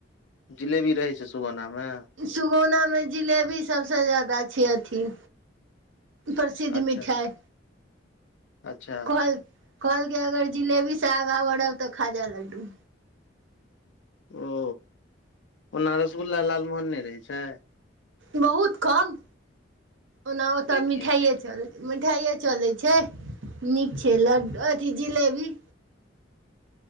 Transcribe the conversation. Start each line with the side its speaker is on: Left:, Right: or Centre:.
Left: जिलेबी रहै छै सुगौना मे?
Right: सुगौना मे जिलेबी सब सँ जादा छै अथी प्रसिद्ध
Left: अच्छा
Right: मिठाइ।
Left: अच्छा।
Right: कहलकै अगर जिलेबी से आगां बढ़ब तऽ खाजा लड्डू।
Left: ओ ओना रसगुल्ला लालमोहन नै रहै छै?
Right: बहुत कम ओना ओतऽ
Left: से
Right: मिठाइये
Left: किया
Right: चलै मिठाइये चलै छै नीक छै लड अथी जिलेबी।